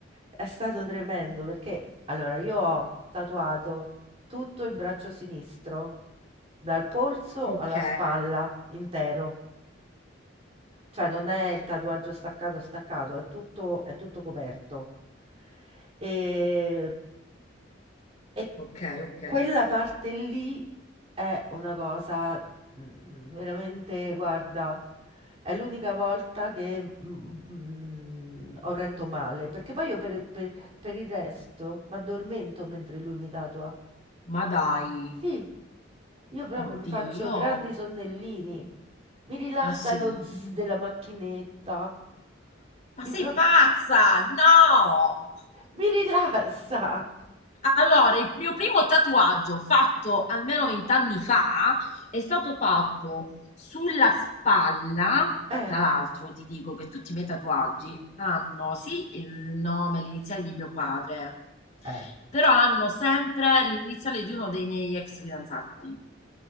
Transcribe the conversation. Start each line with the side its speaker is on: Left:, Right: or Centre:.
Right: è stato tremendo perché allora io ho tatuato tutto il braccio sinistro, dal polso
Left: Ok,
Right: alla spalla, intero. Cioè non è il tatuaggio staccato staccato, è tutto, è tutto coperto. E, e
Left: ok, ok.
Right: quella parte lì è una cosa mm, veramente, guarda, è l'unica volta che mm, ho retto male, perché poi io per, per- per il resto mi addormento mentre lui mi tatua.
Left: Ma dai,
Right: Sì, io proprio
Left: oddio,
Right: mi faccio
Left: io...
Right: grandi sonnellini. Mi rilassa
Left: Ah sì.
Right: lo zzz della macchinetta.
Left: Ma
Right: Mi,
Left: sei
Right: pro-
Left: pazza? No!
Right: mi rilassa.
Left: Allora, il mio primo tatuaggio fatto almeno vent'anni fa è stato fatto sulla spalla.
Right: Eh,
Left: Tra l'altro, ti dico che tutti i miei tatuaggi hanno sì il nome, l'iniziale di mio padre,
Right: eh.
Left: però hanno sempre l'iniziale di uno dei miei ex fidanzati.